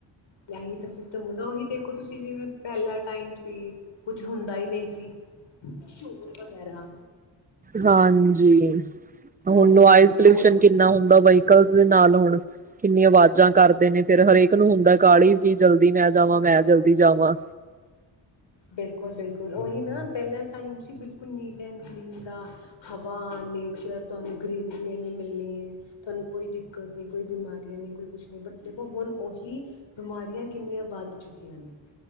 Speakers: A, on the left; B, on the right.
A: ਤਾਂ ਹੀਂ ਤਾਂ ਸਿਸਟਮ ਹੁੰਦਾ ਉਹੀ ਦੇਖ ਦੇਖੋ ਤੁਸੀਂ ਜਿਵੇਂ ਪਹਿਲਾ ਟਾਈਮ ਸੀ ਕੁਝ ਹੁੰਦਾ ਹੀ ਨਹੀਂ ਸੀ ਸ਼ੋਰ ਵਗੈਰਾ
B: ਹਾਂਜੀ ਹੁਣ
A: ਹਾਂਜੀ
B: ਨੋਇਜ਼
A: ਹਾਂਜੀ
B: ਪੋਲਿਊਸ਼ਨ
A: ਸ਼ੋਰ
B: ਕਿੰਨਾ ਹੁੰਦਾ ਬਾਈ ਨਕਲ ਦੇ ਨਾਲ ਹੋਣ ਕਿੰਨੀ ਆਵਾਜ਼ਾਂ ਕਰਦੇ ਦੇ ਨੇ ਫਿਰ ਹਰੇਕ ਨੂੰ ਹੁੰਦਾ ਕਾਹਾਲਲੀ ਕਿ ਜਲਦੀ ਮੈਂ ਜਾਵਾਂ ਮੈਂ ਜਲਦੀ ਜਾਵਾਂ
A: ਬਿਲਕੁਲ ਬਿਲਕੁਲ ਉਹੀ ਨਾ ਪਹਿਲਾਾਂ ਟਾਈਮ ਸੀ ਬਿਲਕੁਲ ਨੀਟ ਐਂਡ ਕਲੀਨ ਦਾ ਹਵਾ ਨੇਚਰ ਤੁਹਾਨੂੰ ਗਰੀਨਰੀ ਐਨੀ ਮਿਲਣੀ ਹੈ ਤੁਹਾਨੂੰ ਕੋਈ ਦਿੱਕਤ ਨਹੀਂ ਕੋਈ ਬਿਮਾਰੀਆਂ ਨਹੀਂ ਕੋਈ ਕੁਛ ਨਹੀਂ ਬਟ ਦੇਖੋ ਹੁਣ ਉਹੀ ਬਿਮਾਰੀਆਂ ਕਿੰਨੀਆਂ ਵੱਧ ਚੁੱਕੀਆਂ ਨੇ